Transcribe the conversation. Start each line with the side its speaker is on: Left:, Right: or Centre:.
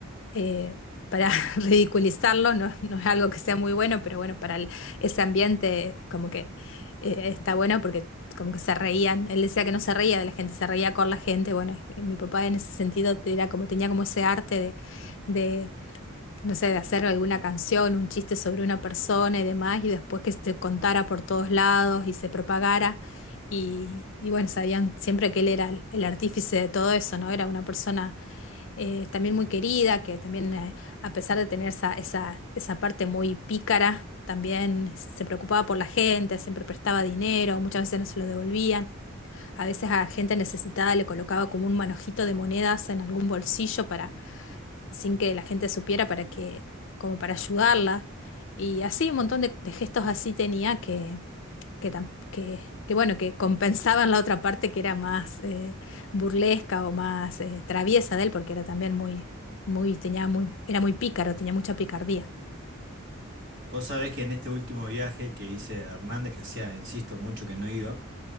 Left: eh, para <laughs> ridiculizarlo, no, no es algo que sea muy bueno, pero bueno, para el- ese ambiente como que eh, está bueno porque como que se reían, él decía que no se reía de la gente, se reía con la gente, bueno, eh, mi papá en ese sentido era como, tenía como ese arte de no sé, de hacer alguna canción, un chiste sobre una persona y demás, y después que se contara por todos lados y se propagara. Y, y bueno, sabían siempre que él era el, el artífice de todo eso, ¿no? Era una persona eh, también muy querida, que también, eh, a pesar de tener esa, esa, esa parte muy pícara, también se preocupaba por la gente, siempre prestaba dinero, muchas veces no se lo devolvían. A veces a gente necesitada le colocaba como un manojito de monedas en algún bolsillo para sin que la gente supiera para que, como para ayudarla. Y así un montón de, de gestos así tenía que, que, tam- que, que, bueno, que compensaban la otra parte que era más eh, burlesca o más eh, traviesa de él, porque era también muy, muy, tenía muy, era muy pícaro, tenía mucha picardía.
Right: Vos sabés que en este último viaje que hice a Hernández, que hacía, insisto, mucho que no iba,